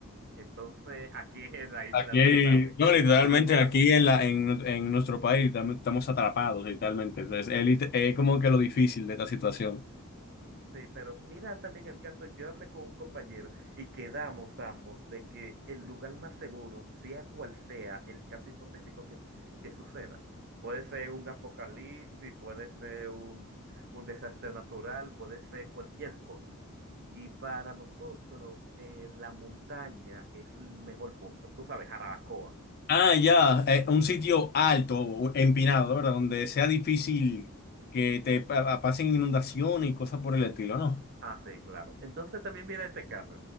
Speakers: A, on the right (about 50°); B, on the left (about 45°).
A: Entonces, aquí <laughs> en la isla,
B: aquí,
A: tú sabes,
B: no,
A: tú
B: literalmente
A: estás atrapado.
B: aquí en la, en, en nuestro país literalmente estamos atrapados, literalmente. Entonces, es, lit- es como que lo difícil de esta situación.
A: Sí, pero mira también el caso, yo hablé con un compañero y quedamos ambos de que el lugar más seguro, sea cual sea el caso hipotético que, que suceda, puede ser un apocalipsis, puede ser un, un desastre natural, puede ser cualquier cosa. Y para nosotros, eh, la montaña es el mejor punto. Tú sabes, Jarabacoa.
B: Ah, ya, eh, un sitio alto, o empinado, ¿verdad? Donde sea difícil que te pa- pasen inundaciones y cosas por el estilo, ¿no?
A: Ah, sí, claro. Entonces también mira este caso.